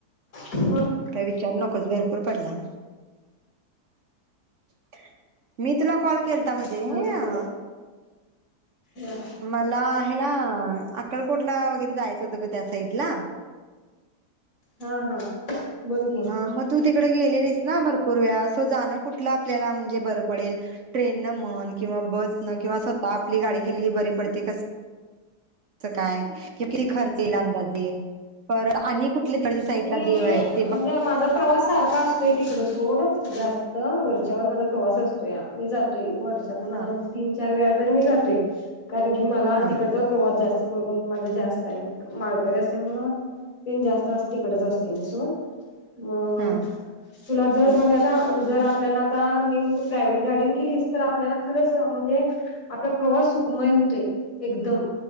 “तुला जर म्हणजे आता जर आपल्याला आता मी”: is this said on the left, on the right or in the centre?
Left